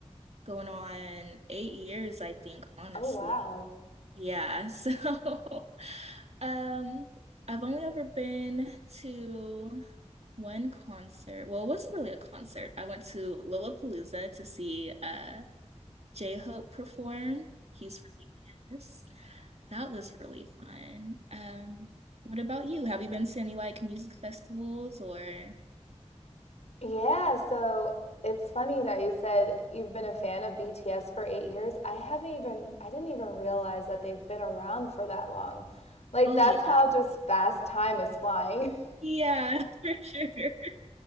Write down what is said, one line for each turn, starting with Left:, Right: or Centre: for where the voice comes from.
Right: going on eight years, I think, honestly.
Left: Oh, wow.
Right: Yeah, so <laughs> um, I've only ever been to one concert. Well, it wasn't really a concert. I went to Lollapalooza to see uh J-Hope perform. He's from BTS. That was really fun. Um, what about you? Have you been to any like music festivals or?
Left: Yeah, so it's funny that you said you've been a fan of BTS for eight years. I haven't even, I didn't even realize that they've been around for that long. Like,
Right: Oh
Left: that's
Right: yeah.
Left: how just fast time is flying. <laughs>
Right: Yeah, <laughs> for sure. <laughs>